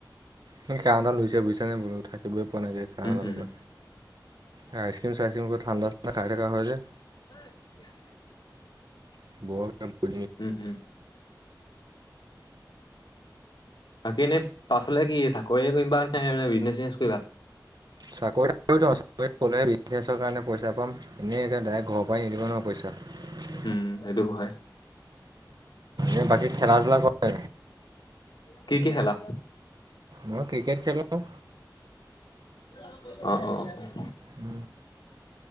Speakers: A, on the right; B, on the left.
A: হে কাঁহডাল হৈছে বুইছা নে, বোলো থাকিবই পোৱা নাই এ কাঁহডাল
B: উম উম
A: পৰা। এ আইচক্ৰীম চাইচক্ৰীম ঠাণ্ডা খাই থকা হয় যে।
B: <unintelligible>
A: <unintelligible>
B: উম- উম। বাকী এনেই পাছলে কি চাকৰি কৰিবা বিজনেচ চিজনেছ কৰিবা।
A: চাকৰি'লে বিজনেছৰ কাৰণে পইচা পাম এনেইে ডাইৰেক্ট ঘৰৰ পৰাই নিদ নোৱাৰ পইচা। <unintelligible> <inaudible>
B: উম, সেইটো হয়।
A: এ বাকী খেলা ধূলা কৰে।
B: কি- কি খালা?
A: মই ক্ৰিকেট খেলও।
B: অ' অ' অ' অ'।
A: উম।